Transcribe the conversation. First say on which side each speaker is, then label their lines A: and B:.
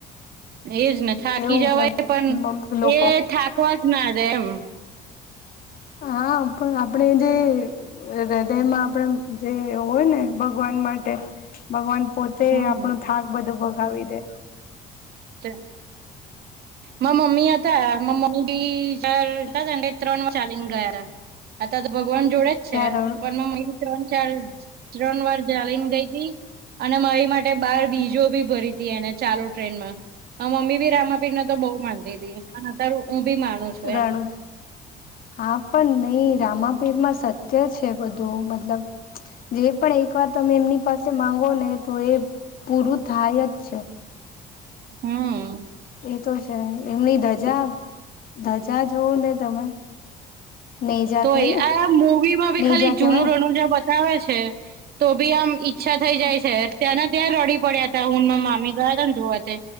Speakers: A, on the right; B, on the left.
A: એજ ને થાકી
B: કેવું
A: જવાય પણ
B: મતલબ લોકો
A: એ થાકવા જ ના દે એમ.
B: હા પણ આપડે જે એ હૃદયમાં આપડે એમ જે હોય ને ભગવાન માટે ભગવાન પોત તે
A: હમ
B: આપણું થાક બધું ભગાવી દે.
A: તે મા મમ્મી હતા મા મમ્મી <unintelligible> ત્રણવાર ચાલી ને ગયા હતા. આતા તો ભગવાન જોડે જ છે
B: ક્યાં રણ
A: પણ ત્રણ ચાર ત્રણ વાર જાલી ને ગઈ તી. અને મારી માટે બાર બીજો ભી ભરી હતી એને ચાલુ ટ્રેનમાં. હ મમ્મી રામાપીરને તો બોહ માનતી હતી અત્યારે ત હું ભી માનું છું એમ
B: રણ હા પણ નહી રામાપીર માં સત્ય છે બધું મતલબ જે પણ એક વાર તમે એમની પાસે માંગો ને તો એ પૂરું થાય જ છે
A: હમ
B: એ તો છે એમની ધજા ધજા જોવું ને તમે નેજા
A: તોય
B: કે ને
A: આ મુૂવી માં ભી
B: નેજા
A: ખાલી
B: કેવાય
A: જૂનું
B: ને.
A: રણુજા બતાવે છે તો ભી આમ ઈચ્છા થઈ
B: હા,
A: જાય છે ત્યાં ત્યાં રડી પડ્યા હતા હુ ને માંરા મામી ગયાતા ને જોવા તે